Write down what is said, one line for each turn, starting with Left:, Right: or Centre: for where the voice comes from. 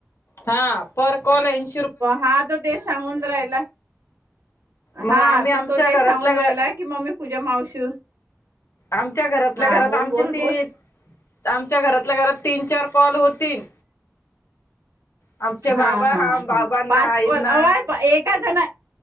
Left: हा पर कॉलेज
Right: हा तो तेच सांगून राहिला.
Left: मग
Right: हा
Left: आम्ही आमच्या
Right: तर तो ते
Left: घरातल्या
Right: सांगून राहिला कि मम्मी पूजा मावशी
Left: आमच्या घरातल्या
Right: हा
Left: घरात,
Right: बोल
Left: आमच्या
Right: बोल
Left: तीन
Right: बोल
Left: आमच्या घरातल्या घरात तीन चार कॉल होतील. आमचे बाबा
Right: हा हा
Left: बाबांना
Right: हा पाच
Left: आईंना
Right: काॅल अवाय एका जणा